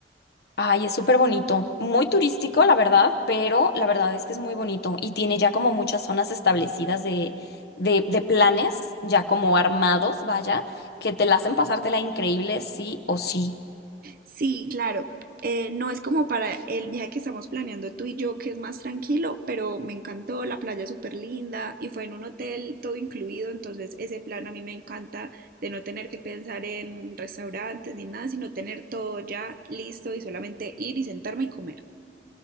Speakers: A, on the left (about 65°); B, on the right (about 55°).
A: Ay, es súper bonito, muy turístico, la verdad, pero la verdad es que es muy bonito y tiene ya como muchas zonas establecidas de, de, de planes, ya como armados, vaya, que te la hacen pasártela increíble, sí o sí.
B: Sí, claro, eh, no es como para el viaje que estamos planeando tú y yo, que es más tranquilo, pero me encantó, la playa es súper linda y fue en un hotel todo incluido, entonces ese plan a mí me encanta de no tener que pensar en restaurantes ni nada, sino tener todo ya listo y solamente ir y sentarme y comer.